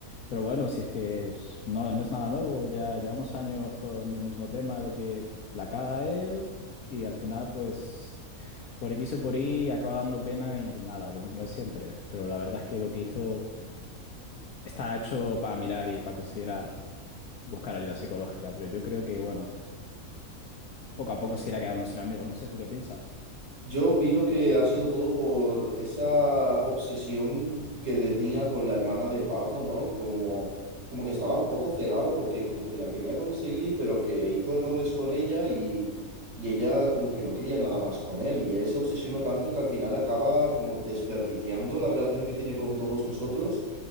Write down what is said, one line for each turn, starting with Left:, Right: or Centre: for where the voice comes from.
Left: Pero bueno, si es que es- no, no es nada nuevo, ya llevamos años con el mismo tema de que la caga él y al final pues por X o por Y acaba dando pena y nada, lo mismo de siempre. Pero la verdad es que lo que hizo está hecho para mirar y para considerar buscar ayuda psicológica, pero yo creo que bueno. poco a poco se irá quedando sin amigos. No sé, ¿tú qué piensas?
Right: Yo opino que ha sido todo por esa obsesión que tenía con la hermana de Paco, ¿no? Como, como que estaba un poco cegado porque como que la quería conseguir, pero que hizo errores con ella y, y ella como que no quería nada más con él. Y él se obsesionó tanto que al final acaba como desperdiciando la relación que tiene con todos nosotros.